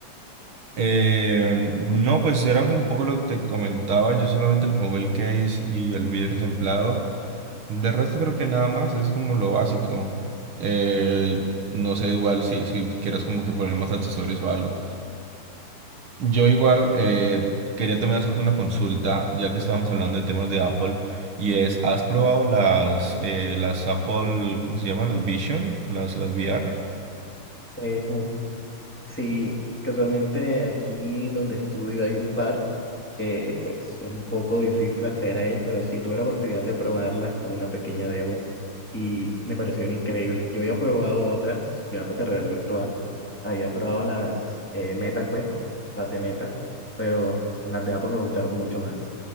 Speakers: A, on the right; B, in the centre.
A: Eh, no, pues era un poco lo que te comentaba, yo solamente le pongo el case y el vidrio templado. De resto creo que nada más, es como lo básico. Eh, no sé igual si, si quieras como que poner más accesorios o algo. Yo igual eh, quería también hacerte una consulta, ya que estábamos hablando de temas de Apple, y es, ¿has probado las, eh, las Apple, ¿cómo se llaman? Las Vision, las, las VR.
B: Eh, uf, Sí, casualmente aquí donde estudio hay un par que pues es un poco difícil acceder a ellas, pero sí tuve la oportunidad de probarlas con una pequeña demo y me parecieron increíbles. Yo había probado otras, ya para realidad virtual, había probado las eh, MetaQuest, las de Meta, pero las de Apple me gustaron mucho más.